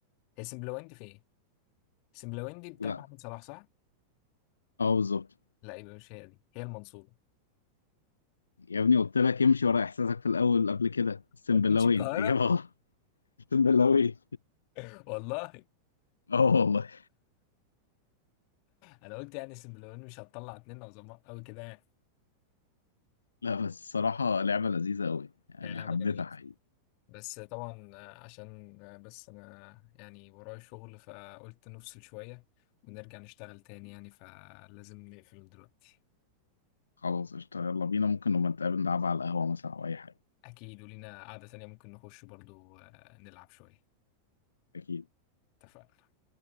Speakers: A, on the left; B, on the left.
A: هي سمبلويندي في إيه؟ سمبلويندي بتاعت
B: لا
A: محمد صلاح صح؟
B: اه بالظبط
A: لا يبقى مش هي دي هي المنصورة
B: يا ابني قلت لك امشي ورا احساسك في الاول قبل كده اقسم
A: ما
B: بالله
A: تقولش
B: وين
A: القاهرة
B: اجابة غلط اقسم بالله وين
A: <laughs> والله
B: اه والله
A: أنا قلت يعني سمبلويندي مش هتطلع اتنين عظماء أوي كده يعني
B: لا بس الصراحة لعبة لذيذة قوي يعني
A: هي لعبة
B: حبيتها
A: جميلة
B: حقيقي
A: بس طبعا عشان بس انا يعني ورايا شغل فقلت نفصل شوية ونرجع نشتغل تاني يعني فلازم نقفل دلوقتي
B: خلاص قشطة يلا بينا ممكن نبقى نتقابل نلعبها على القهوة مثلا او اي حاجة
A: اكيد ولينا قعدة تانية ممكن نخش برضو آه، نلعب شوية
B: اكيد
A: اتفقنا